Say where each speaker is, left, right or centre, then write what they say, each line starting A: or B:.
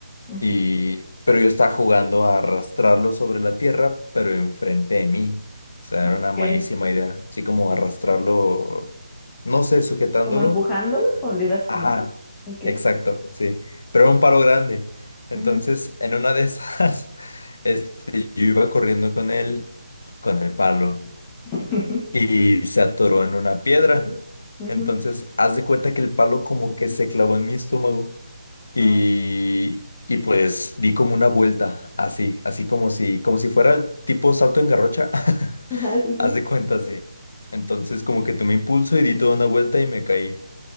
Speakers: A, on the left; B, on the left.
A: Ujú.
B: y pero yo estaba jugando a arrastrarlo sobre la tierra, pero enfrente de mí. O sea,
A: Ok,
B: era una malísima idea, así como
A: sí.
B: arrastrarlo, no sé, sujetándolo.
A: ¿Como empujándolo o le ibas como...?
B: Ajá,
A: Ok.
B: exacto, sí, pero era un palo grande. Entonces,
A: Ujú.
B: en una de esas, <laughs> este, yo iba corriendo con él, con el palo
A: <laughs>
B: y se atoró en una piedra.
A: Ujú.
B: Entonces, haz de cuenta que el palo como que se clavó en mi estómago. Y,
A: Ah,
B: y pues di como una vuelta, así, así como si, como si fuera el tipo salto en garrocha. <laughs>
A: Ajá, sí, sí.
B: Haz de cuenta, sí. Entonces como que tomé impulso y di toda una vuelta y me caí.